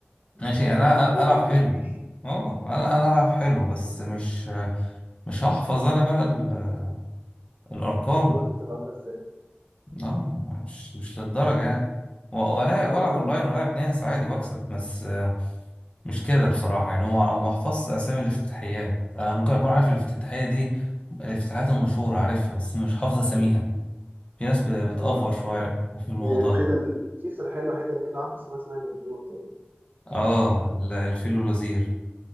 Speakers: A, on the left; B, on the right.
A: ماشي
B: <laughs>
A: يعني انا
B: آه، الحاجات
A: أ- العب
B: دي بتفهمني
A: حلو اه انا انا العب حلو بس مش مش هحفظ انا بقى ال- الارقام
B: البورد بتبقى عامله ازاي
A: اه مش مش للدرجة يعني و- ولا
B: آه،
A: والعب
B: انا
A: اونلاين
B: انا
A: والعب ناس عادي واكسب بس آه، مش كده بصراحة يعني هو ما حفظش اسامي الافتتاحيات انا ممكن اكون عارف الافتتاحية دي الافتتاحيات المشهورة عارفها بس مش حافظ اساميها
B: مم.
A: في ناس ب- بتأفور
B: آه،
A: شوية <laughs> في الموضوع
B: هي الوحيده
A: ده
B: ال- في افتتاحيه الوحيده اللي انا عارف اسمها اسمها نابليون تقريبا
A: اه ال- الفيل والوزير